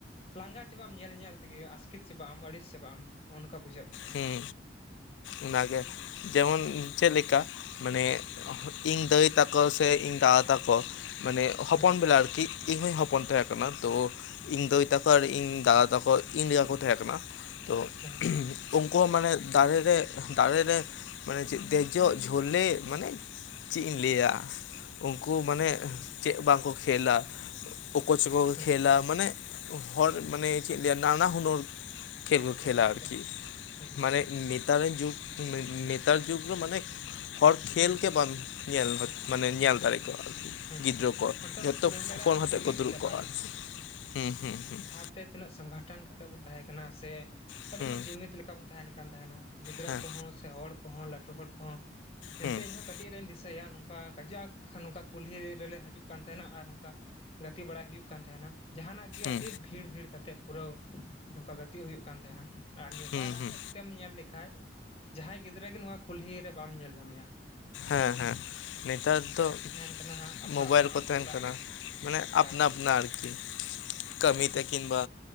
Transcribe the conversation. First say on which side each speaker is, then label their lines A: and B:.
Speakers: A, on the left; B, on the left.
A: ᱞᱟᱸᱜᱟ ᱪᱟᱵᱟᱜ ᱟᱢ, ᱧᱮᱞ ᱧᱮᱞ ᱛᱮᱜᱮ ᱟᱥᱠᱮᱛ ᱪᱟᱵᱟᱜᱼᱟ, ᱟᱹᱲᱤᱥ ᱪᱟᱟᱜᱼᱟ, ᱚᱱᱠᱟ ᱵᱩᱡᱷᱟᱹᱜ ᱠᱟᱱᱟ
B: ᱦᱮᱸ ᱚᱱᱟ ᱜᱮ ᱡᱮᱢᱚᱱ ᱪᱮᱫ ᱞᱮᱠᱟ ᱢᱟᱱᱮ ᱤᱧ ᱫᱟᱹᱭ ᱛᱟᱠᱚ ᱥᱮ ᱤᱧ ᱫᱟᱫᱟ ᱛᱟᱠᱚ ᱢᱟᱱᱮ ᱦᱚᱯᱚᱱ
A: ᱦᱟᱸᱜ
B: ᱵᱮᱲᱟ ᱟᱨᱠᱤ ᱾ ᱤᱧ ᱦᱚᱧ ᱦᱚᱯᱚᱱ ᱛᱟᱦᱮᱸᱟᱸ ᱠᱟᱱᱟ ᱛᱚ ᱾ ᱤᱧ ᱫᱟᱹᱭ ᱛᱟᱠᱚ ᱟᱨ ᱤᱧ ᱫᱟᱫᱟ ᱛᱟᱠᱚ ᱤᱧ ᱞᱮᱠᱟ ᱠᱚ ᱛᱟᱦᱮᱸ ᱠᱟᱱᱟ ᱛᱚ
A: ᱦᱮᱸ ᱾
B: <unintelligible> ᱩᱱᱠᱩ ᱦᱚᱸ ᱢᱟᱱᱮ ᱫᱟᱨᱮ ᱨᱮ ᱫᱟᱨᱮ ᱨᱮ ᱢᱟᱱᱮ ᱫᱮᱡᱚᱜ ᱡᱷᱟᱹᱞᱮ ᱢᱟᱱᱮ ᱪᱮ ᱤᱧ ᱞᱟᱹᱭᱟ ᱩᱱᱠᱩ ᱢᱟᱱᱮ ᱪᱮᱫ ᱵᱟᱝᱠᱚ ᱠᱷᱮᱞᱟ ᱚᱠᱚ ᱪᱚᱠᱚ ᱠᱚ
A: ᱦᱮᱸ
B: ᱠᱷᱮᱹᱞᱟ
A: ᱦᱮᱸ
B: ᱢᱟᱱᱮ ᱦᱚᱲ ᱢᱟᱱᱮ ᱪᱮᱫ ᱤᱧ ᱞᱮᱭᱟ ᱱᱟᱱᱟ ᱦᱩᱱᱟᱹᱨ ᱠᱷᱮᱞ ᱠᱚ ᱠᱷᱮᱞᱟ
A: ᱮᱠᱟᱞ
B: ᱟᱨᱠᱤ
A: ᱮᱠᱟᱞ
B: ᱾
A: ᱦᱮᱸ
B: ᱢᱟᱱᱮ ᱱᱮᱛᱟᱨ ᱨᱮᱱ ᱡᱩᱜᱽ ᱱᱮᱛᱟᱨ ᱡᱩᱜᱽ ᱨᱮ ᱢᱟᱱᱮ ᱦᱚᱲ ᱠᱷᱮᱞ ᱜᱮ ᱵᱟᱢ ᱧᱮᱞ ᱢᱟᱱᱮ ᱧᱮᱞ ᱫᱟᱲᱮ ᱾ ᱟᱨ
A: ᱦᱮᱸ
B: ᱜᱤᱫᱽᱨᱟᱹ
A: ᱦᱮᱸ
B: ᱠᱚ
A: ᱢᱚᱛᱞᱚᱵ
B: ᱡᱚᱛᱚ
A: ᱢᱮᱱ ᱫᱟᱲᱮᱭᱟᱜ
B: ᱯᱷᱳᱱ
A: ᱟᱢ
B: ᱟᱛᱮᱫ
A: ᱡᱩᱢᱤᱫ
B: ᱠᱚ ᱫᱩᱲᱩᱵ
A: ᱪᱟᱵᱟᱭᱮᱱᱟ
B: ᱠᱚᱜᱼᱟ ᱟᱨᱠᱤ ᱾ ᱦᱮᱸ, ᱦᱮᱸ, ᱦᱮᱸ ᱾
A: ᱛᱮ ᱛᱤᱱᱟᱹᱜ ᱥᱚᱝᱜᱚᱴᱷᱚᱱ ᱠᱟᱛᱮ ᱵᱩᱱ ᱛᱟᱦᱮᱸ ᱠᱟᱱᱟ, ᱥᱮ
B: ᱦᱩᱸ
A: ᱟᱹᱰᱤ ᱢᱚᱸᱡᱽ ᱡᱩᱢᱤᱫ ᱞᱮᱠᱟ ᱵᱩᱱ ᱛᱟᱦᱮᱱ ᱠᱟᱱ ᱛᱟᱦᱮᱱᱟ ᱾ ᱜᱤᱫᱽᱨᱟᱹ
B: ᱦᱮᱸ
A: ᱠᱚᱦᱚᱸ, ᱥᱮ ᱦᱚᱲ ᱠᱚᱦᱚᱸ, ᱞᱟᱹᱴᱩ ᱦᱚᱲ ᱠᱚᱦᱚᱸ, ᱮᱱᱛᱮ
B: ᱦᱩᱸ
A: ᱤᱧᱦᱚᱸ ᱾ ᱠᱟᱹᱴᱤᱡ ᱨᱮᱧ ᱫᱤᱥᱟᱹᱭᱟ ᱱᱚᱝᱠᱟ ᱠᱟᱡᱟᱠ ᱱᱚᱝᱠᱟ ᱠᱩᱞᱦᱤ ᱨᱮᱞᱮ ᱦᱤᱡᱩᱜ ᱠᱟᱱ ᱛᱟᱦᱮᱱᱟ ᱟᱨ ᱱᱚᱝᱠᱟ ᱜᱟᱛᱮ ᱵᱟᱲᱟᱭ ᱦᱩᱭᱩᱜ ᱠᱟᱱ ᱛᱟᱦᱮᱱᱟ ᱡᱟᱦᱟᱱᱟᱜ ᱜᱮ᱾ ᱜᱮ ᱟᱹᱰᱤ
B: ᱦᱩᱸ
A: ᱵᱷᱤᱲ ᱵᱷᱤᱲ ᱠᱟᱛᱮᱫ ᱯᱩᱨᱟᱹᱣ ᱱᱚᱝᱠᱟ ᱜᱟᱛᱮ ᱦᱩᱭᱩᱜ ᱠᱟᱱ ᱛᱟᱦᱮᱱᱟ ᱟᱨ ᱱᱮᱛᱟᱨᱟᱜ
B: ᱦᱩᱸ ᱦᱩᱸ
A: ᱚᱠᱚ ᱛᱮᱢ ᱧᱮᱞ ᱞᱮᱠᱷᱟᱡ ᱡᱟᱦᱟᱸᱭ ᱜᱤᱫᱽᱨᱟᱹ ᱜᱮ ᱱᱚᱣᱟ ᱠᱩᱞᱦᱤ ᱨᱮ ᱵᱟᱢ ᱧᱮᱞ ᱧᱟᱢᱮᱭᱟ ᱾
B: ᱦᱮᱸ, ᱦᱮᱸ, ᱱᱮᱛᱟᱨ ᱫᱚ
A: ᱠᱟᱱᱟ ᱦᱟᱸᱜ ᱟᱯᱱᱟ
B: ᱢᱳᱵᱟᱭᱤᱞ
A: ᱟᱯᱱᱟ
B: ᱠᱚ ᱛᱟᱦᱮᱱ
A: ᱚᱲᱟᱜ
B: ᱠᱟᱱᱟ,
A: ᱨᱮ
B: ᱢᱟᱱᱮ
A: ᱮᱠᱟᱞ
B: ᱟᱯᱱᱟ ᱟᱯᱱᱤ ᱟᱨᱠᱤ ᱾ ᱠᱟᱹᱢᱤᱛᱮ
A: ᱦᱩᱸ
B: ᱠᱤᱢᱵᱟ